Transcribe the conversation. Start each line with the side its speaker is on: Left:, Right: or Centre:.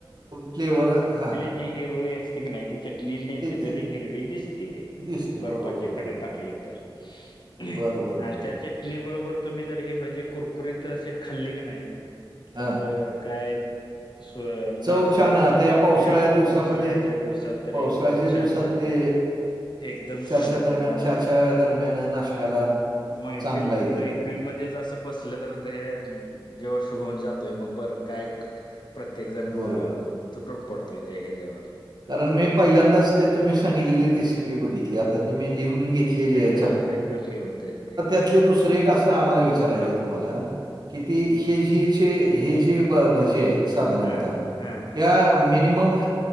Right: फ्लेवर हा
Left: ती हिरव असते की नाही. चटणी नॅचरली
Right: ते
Left: हिरवी दिसती ते
Right: दिसते.
Left: बर्पाचे
Right: बरोबर, बरोबर.
Left: खडे टाकले तर, आणि
Right: बरं, बरं, बरं.
Left: त्या चटणी बरोबर तुम्ही जर हे भजे कुरकुरीत असे खाल्ले की नाही.
Right: हां.
Left: तर काय स्व
Right: चव
Left: मस्तच
Right: छान आता पावसाळ्या
Left: या
Right: दिवसामध्ये
Left: पावसाळ्याच्या दिवसात तर
Right: पावसाळ्याच्या
Left: एकदम
Right: दिवसात
Left: छान छान.
Right: ते
Left: एकदम सुंदर
Right: च्या दरम्यान,
Left: या
Right: च्या दरम्यान नाश्त्याला
Left: अ मैफिल
Right: चांगलं आहे
Left: मैफिल.
Right: ते.
Left: फिल्म मध्ये जसं बसलं तर ते जोश होऊन जातोय मग बर काय. प्रत्येक जण
Right: बरोबर.
Left: तुटून पडतो इथे ह्याच्या्यावर
Right: कारण मी पहिल्यांदाच ते तुम्ही सांगलेली रेसिपी बघितली आता ते मी लिहून घेतलेली आहे.
Left: तेच एकदम हे होतेय ते.
Right: त्यातले दुसरे एक असं आम्हाला विचारायचं
Left: हा
Right: तुम्हाला की ती हे ज जे हे जे भजी आहेत साधारणतः
Left: हा हा
Right: या मिनीमम